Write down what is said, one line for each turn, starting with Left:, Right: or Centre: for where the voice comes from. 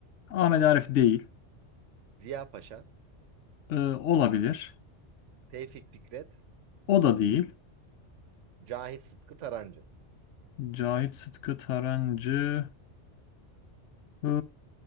Left: Ahmet Arif değil.
Right: Ziya Paşa,
Left: Ee, olabilir.
Right: Tevfik Fikret,
Left: O da değil.
Right: Cahit Sıtkı Tarancı.
Left: Cahit Sıtkı Tarancı Iı,